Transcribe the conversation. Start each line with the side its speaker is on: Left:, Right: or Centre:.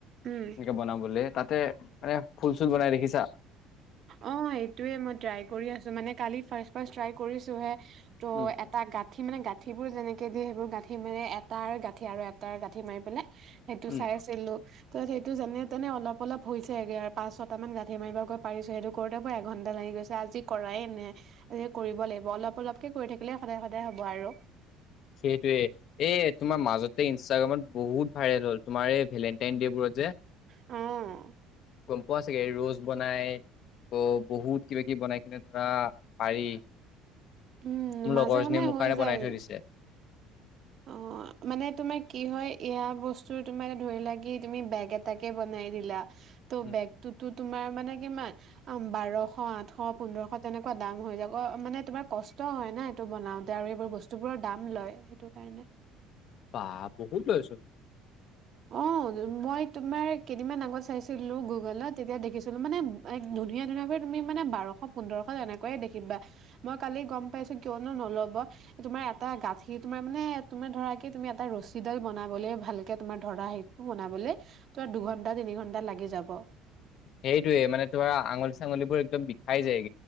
Right: উম,
Left: এনেকে বনাবলে। তাতে মানে ফুল-চুল বনাই দেখিছা।
Right: অ এইটোৱে মই ট্ৰাই কৰি আছো মানে কালি ফাৰ্ষ্ট-ফাৰ্ষ্ট ট্ৰাই কৰিছোহে। ত'
Left: উম
Right: এটা গাঁঠি সি মানে গাঁঠিবোৰ যেনেকৈ দিয়ে সেইবোৰ গাঁঠি মানে এটাৰ গাঁঠি আৰু এটাৰ গাঁঠি মাৰি পেলাই। সেইটো
Left: উম
Right: চাই আছিলো। তাত, সেইটো যেনে তেনে অলপ-অলপ হৈছেগে আৰু পাঁচ ছটা মান গাঁঠি মাৰিবলে পাৰিছো সেইটো কৰোতে মোৰএঘন্টা লাগি গৈছে আজি কৰাই নাই। এ কৰিব লাগিব অলপ-অলপকে কৰি থাকিলে সদায়-সদায় হ'ব আৰু।
Left: সেইটোৱে এ তোমাৰ মাজতে ইনষ্টাগ্ৰামত বহুত ভাইৰেল হ'ল তোমাৰ এই ভেলেনটাইন ডে বোৰত যে।
Right: অ',
Left: গম পোৱা চাগে ৰ'জ বনাই অ' বহুত কিবা কিবি বনাই কিনিব পাৰি।
Right: উম,
Left: মোৰ
Right: মাজে
Left: লগৰজনীয়ে
Right: সময়ে
Left: মোৰ
Right: হৈ
Left: কাৰণে
Right: যায়।
Left: বনাই থৈ দিছে
Right: অ' মানে তোমাৰ কি হয় এয়া বস্তু তোমাৰ ধৰি লোৱা তুমি বেগ এটাকে বনাই দিলা। ত'
Left: উম
Right: বেগটোতো তোমাৰ মানে কি জানা বাৰশ আঠশ পোন্ধৰশ দাম হৈ যাব মানে তোমাৰ কষ্ট হয় না এইটো বনাওতে আৰু বস্তুবোৰৰ দাম লয়, সেইটো। পাইনে?
Left: ৱা বহুত লয় চোন।
Right: অ', মই তোমাৰ কেইদিনমান আগত চাইছি চাইছিলোঁ গুগলত তেতিয়া দেখিছিলো মানে এক ধুনীয়া ধুনীয়া তুমি মানে বাৰশ পোন্ধৰশ এনেকৈয়ে দেখিবা, মই কালি গম পাইছো কিয়নো নল'ব তোমাৰ এটা গাঠীৰ তোমাৰ মানে তুমি ধৰা কি তুমি এটা ৰছীডাল বনাবলে ভালকে তোমাৰ ধৰা হেৰিটো বনাবলে তোমাৰ দুঘন্টা তিনি ঘন্টা লাগি যাব।
Left: সেইটোৱে মানে তোমাৰ আঙুলি চাঙলিবোৰ একদম বিষাই যায়গে।